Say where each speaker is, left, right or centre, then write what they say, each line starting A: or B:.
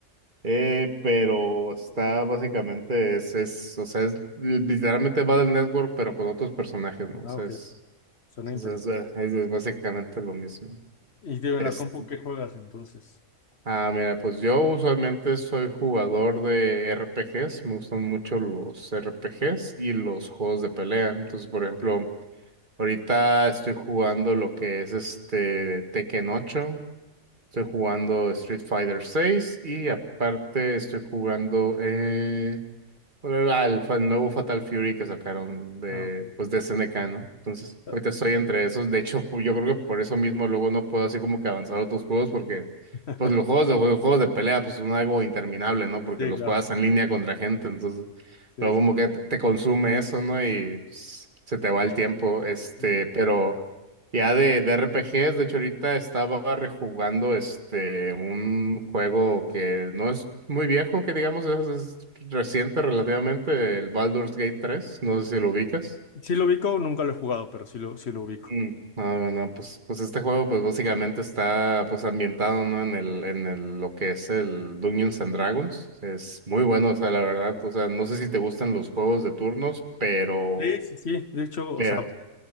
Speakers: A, on the right; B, on the left.
A: Eh, pero está básicamente, es, es, o sea, es literalmente Battle Network, pero con otros personajes, ¿no?
B: Ah,
A: O sea,
B: ok.
A: es,
B: ok. Suena interesante.
A: es, es- eh, es- es básicamente lo mismo.
B: Y digo,
A: Este,
B: en la compu qué juegas entonces.
A: ah, mira, pues yo usualmente soy jugador de RPGs, me gustan mucho los RPGs y los juegos de pelea. Entonces, por ejemplo, ahorita estoy jugando lo que es este Tekken ocho estoy jugando Street Fighter seis y aparte estoy jugando eh, al fa- nuevo Fatal Fury que sacaron de,
B: Ah, ok,
A: pues, de SNK, ¿no? Entonces,
B: ok.
A: ahorita estoy entre esos. De hecho, pu- yo creo que por eso mismo luego no puedo así como que avanzar a otros juegos porque,
B: <laughs>
A: pues, los juegos de, los juegos de pelea, pues, son algo interminable, ¿no? Porque
B: Sí,
A: los
B: claro.
A: juegas en línea contra gente, entonces,
B: Sí,
A: luego
B: sí,
A: como que te te consume eso, ¿no? Y pues, se te va el tiempo, este,
B: sí.
A: pero... Ya de, de RPGs, de hecho ahorita estaba rejugando este un juego que no es muy viejo, que digamos es, es reciente relativamente, el Baldur's Gate tres no sé si lo ubicas.
B: Sí lo ubico, nunca lo he jugado, pero sí lo, sí lo ubico.
A: Mm, Ah, bueno, pues, pues este juego pues básicamente está pues ambientado, ¿no? en el, en el, lo que es el Dungeons and Dragons. Es muy bueno, o sea, la verdad, o sea, no sé si te gustan los juegos de turnos, pero,
B: Sí, sí, sí. De hecho, o
A: pero,
B: sea,